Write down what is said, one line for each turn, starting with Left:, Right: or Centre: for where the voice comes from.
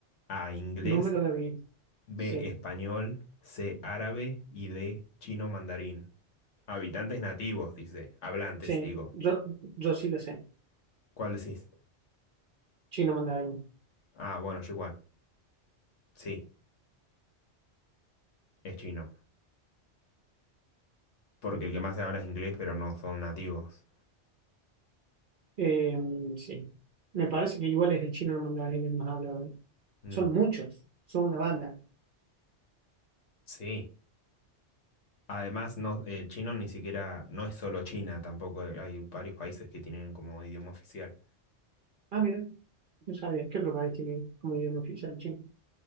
Left: A, inglés,
Right: Número de bit.
Left: B,
Right: Sí.
Left: español, C, árabe y D, chino mandarín. Habitantes nativos, dice. Hablantes,
Right: Sí.
Left: digo.
Right: Yo, yo sí la sé.
Left: ¿Cuál decís?
Right: Chino mandarín.
Left: Ah, bueno, yo igual. Sí, es chino. Porque el que más se habla es inglés, pero no son nativos.
Right: Eh, sí. Me parece que igual es el chino mandarín el más hablado. ¿eh?
Left: Mm,
Right: Son muchos. Son una banda.
Left: sí. Además, no, el chino ni siquiera, no es solo China, tampoco hay varios países que tienen como idioma oficial.
Right: Ah, mira. No sabía. ¿Qué otro país tiene como idioma oficial chino?